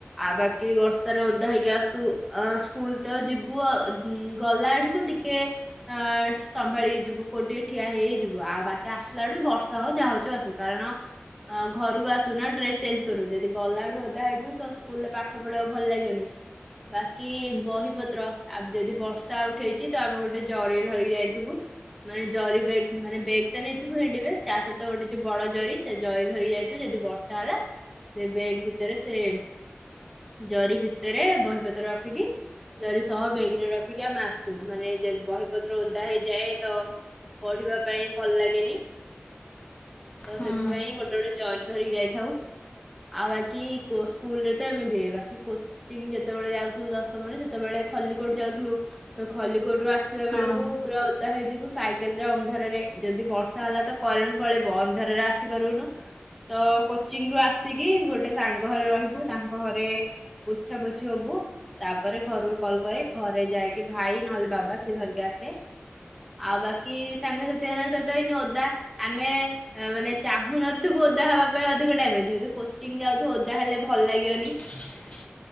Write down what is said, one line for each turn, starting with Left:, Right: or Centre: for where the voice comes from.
Centre: ଆଉ ବାକି ବର୍ଷାରେ ଓଦା ହେଇକି ଆସୁ ଅ କୁଲ୍ ତ ଯିବୁ ଆଉ ଗଲା ଏଠୁକୁ ଟିକେ ଅ ସମ୍ଭାଳିହେଇ ଯିବୁ କୋଉଠି ଟିକେ ଠିଆ ହେଇ ହେଇ ଯିବୁ, ଆଉ ବାକି ଆସିଲା ଏଠୁ ବର୍ଷା ହୋଉ ଯାହା ହୋଉଛି ହୋଉ ଆସୁୁ। କାରଣ ଆଉ ଘରୁକୁ ଆସୁ ନା ଡ୍ରେସ୍ ଚେଞ୍ଜ୍ କରୁ, ଯଦି ଗଲା ଏଳୁ ଓଦା ହେଇଥିବୁ ତ ସ୍କୁଲ୍ ରେ ପାଠ ପଢ଼ିବାକୁ ଭଲ ଲାଗିବନି। ବାକି ବୁ ବହିପତ୍ର ଆବ୍ ଯଦି ବର୍ଷା ଉଠେଇଛି ତ ଆମେ ଗୋଟେ ଜରି ଧରିକି ଯାଇଥୁବୁ। ମାନେ ଜରି ବେଗ୍ ମାନେ ବେଗ୍ ତ ନେଇଥିବୁ ହେଣ୍ଡି ବେଗ୍ ତା ସହିତ ଗୋଟେ ଯୋଉ ବଡ ଜରି ସେ ଜରି ଧରିକି ଯାଇଥିବୁ ଯେଦି ବର୍ଷ ଚାଲା ହେଲା ସେ ବେଗ୍ ଭିତରେ ସେ ଜରି ଭିତରେ ବହିପତ୍ର ରଖିକି ଜରି ସହ ବେଗ୍ ରେ ରଖିକି ଆମେ ଆସୁ, ମାନେ ଯଦି ବହିପତ୍ର ଓଧା ହେଇଯାଏ ତ ପଢିବା ପାଇଁ ଭଲ୍ ଲାଗେନି। ତ
Left: ହୁଁ
Centre: ସେଥିପାଇଁ ଗୋଟେ ଗୋଟେ ଜରି ଧରିକି ଯାଇଥାଉ। ଆଉ ବାକି କୋ ସ୍କୁଲ ରେ ତ ଏମିତି, ବାକି କୋଚିଂ ଯେତେବେଳେ ଯାଉଥିଲୁ ଦଶମରେ ସେ ତେବେଳେ ଖଲିକୋଟ ଯାଉଥିଲୁ, ତ ଖଲିକୋଟ ରୁ ଆସିବା
Left: ହଁ
Centre: ବେଳକୁ ପୁରା ଓ ତ ହେଇଯିବୁ ସାଇକେଲ ରେ ଅନ୍ଧାରରେ ଯଦି ବର୍ଷା ହେଲା ତ କରେଣ୍ଟ ପଳେଇବ ଅନ୍ଧାରରେ ଆସି ପାରିବୁନୁ। ତ କୋଚିଂ ରୁ ଆସିକି ଗୋଟେ ସାଙ୍ଗ ଘରେ ରହିବୁ, ତାଙ୍କ ଘରେ ପୋଛା ପୋଛି ହବୁ ତାପରେ ଘରକୁ କଲ୍ କରେ ଘରେ ଯାଇକି ଭାଇ ନହେଲେ ବାବା କିଏ ଧରିକି ଆସେ। ଆଉ ବାକି ସାଙ୍ଗସାଥି ମାନଙ୍କ ସହିତ ଏଇନ ଓଦା ଆମେ ଏ ମାନେ ଚାହୁଁନଥିବୁ ଓଦା ହବା ପାଇଁ ଅଧିକ ଟାଇମ ରେ, ଯେହେତୁ କୋଚିଂ ଯାଉଥୁବୁ ଓଦା ହେଲେ ଭଲ ଲାଗିବନି
Left: ହ